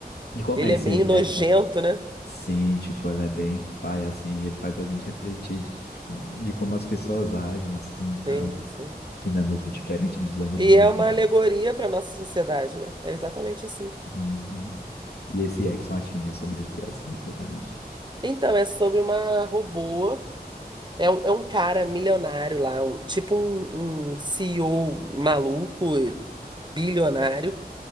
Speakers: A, on the left; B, on the right.
A: E como
B: Ele
A: é esse
B: é meio nojento,
A: Ex Machina?
B: né?
A: Sim, tipo, ela é bem pai, assim, e ele faz a gente refletir de, de como as pessoas agem, assim, e tal.
B: Sim, sim.
A: Que não é muito diferente dos animais,
B: E é uma
A: né?
B: alegoria para nossa sociedade, né? É exatamente assim.
A: Uhum. E esse Ex Machina é sobre o que, assim, exatamente?
B: Então, é sobre uma robô. É um, é um cara milionário lá, um- tipo um, um CEO maluco, bilionário